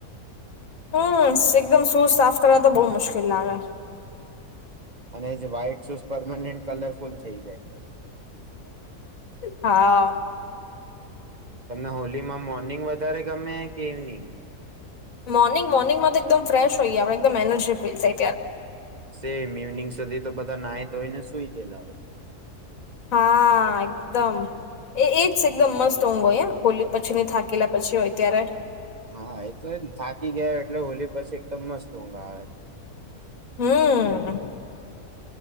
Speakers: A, on the left; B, on the right.
A: હમ્મ એકદમ શૂઝ સાફ કરવા તો બહુ મુશ્કેલ લાગે.
B: અને જે વ્હાઈટ શૂઝ પરમેન્ટ કલરફુલ થઈ જાય.
A: હા.
B: તમને હોલી માં મો નિંગ વધારે ગમે કે ઇવેનિંગ?
A: મોર્નિંગ મોર્નિંગમાં તો એકદમ ફ્રેશ હોઈએ આપણે એકદમ એનર્જી ફીલ થઇ
B: સેમ ઇવનિંગ સુધી તો બધા નાહી ધોઈને સુઈ ગેલા હોય.
A: હા એકદમ એ એજ એકદમ મસ્ત ઊંઘ હોય હા. હોલી પછી ને થાકેલા પછી હોય. ત્યાંરે
B: હા એ તો એ થાકી ગયા એટલે હોલી પછી એકદમ મસ્ત ઊંઘ આવે.
A: હમ્મ.